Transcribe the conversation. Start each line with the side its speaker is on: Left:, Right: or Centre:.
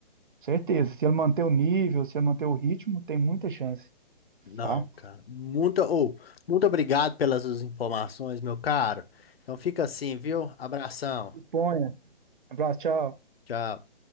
Right: Certeza. Se ele manter o nível, se ele manter o ritmo, tem muita chance,
Left: Não,
Right: tá?
Left: cara. Muito, ou muito obrigado pelas suas informações, meu caro. Então fica assim, viu? Abração.
Right: Disponha. Abraço, tchau.
Left: Tchau.